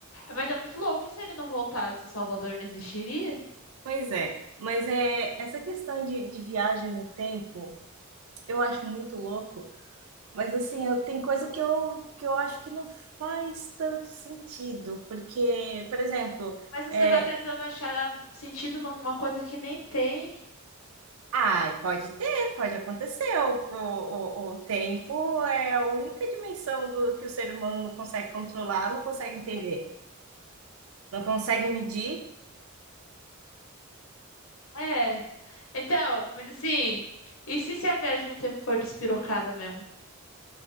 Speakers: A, on the left (about 70°); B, on the right (about 80°).
A: Mas é muito louco, e se ele não voltasse, o Salvador não existiria?
B: Pois é, mas é essa questão de, de viagem no tempo, eu acho muito louco, mas assim, eu, tem coisa que eu, que eu acho que não faz tanto sentido, porque, por exemplo,
A: Mas você
B: é,
A: tá tentando achar ah, sentido numa coisa que nem tem.
B: ah, pode ter, pode acontecer, o, o, o o tempo é a única dimensão do que o ser humano não consegue controlar, não consegue entender, não consegue medir,
A: É. Então, mas assim, e se, se a viagem no tempo for despirocada mesmo?